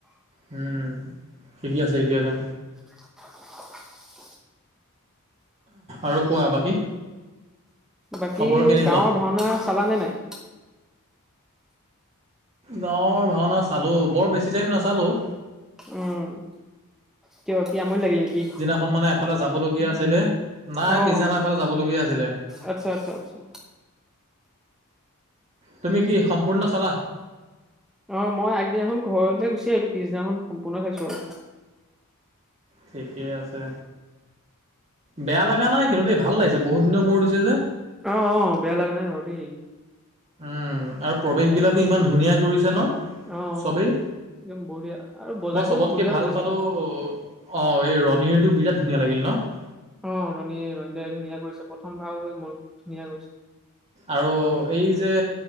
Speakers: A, on the right; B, in the centre.
A: উম, শিকি আছে শিকি আছে।
B: <inaudible>
A: আৰু কোৱা বাকী?
B: বাকী
A: খবৰ কেনেকুৱা?
B: গাঁওৰ ভাওনা চালানে নাই?
A: গাঁৱৰ ভাওনা চালোঁ, বৰ বেছি টাইম নাচালোঁ।
B: উম, কিয় কি আমনি লাগিল নেকি?
A: এখন মানে এফালে যাবলগীয়া আছিলে নাই,
B: অ
A: পিছদিনা এফালে যাবলগীয়া আছিলে।
B: আচ্ছা আচ্ছা আচ্ছা
A: তুমি কি সম্পূৰ্ণ চালা?
B: অ, মই আগদিনাখন ঘৰলৈ গুচি আহিলো পিছদিনাখন সম্পূৰ্ণ চাইছো আৰু।
A: ঠিকে আছে বেয়া লগা নাই। কিন্তু দ, এই ভাল লাগিছে বহুত দিনৰ মূৰ দিছে যে।
B: অ', অ', বেয়া লগা নাই বাৰু দে।
A: উম, আৰু প্ৰৱেশ বিলাকো
B: অ
A: ইমান ধুনীয়া কৰিছে ন।
B: অ
A: চবেই
B: একদম বঢ়িয়া আৰু বজাইছেও
A: মই চবতকে
B: বঢ়িয়া
A: ভাল
B: বজাইছেতো
A: পালো। অ, এই ৰণীৰটো বিৰাট ধুনীয়া লাগিল ন।
B: অ, ৰণীয়ে, ৰণী দাই ধুনীয়া কৰিছে প্ৰথম ভাৰ হৈ মোৰ ধুনীয়া কৰিছে
A: আৰু এই যে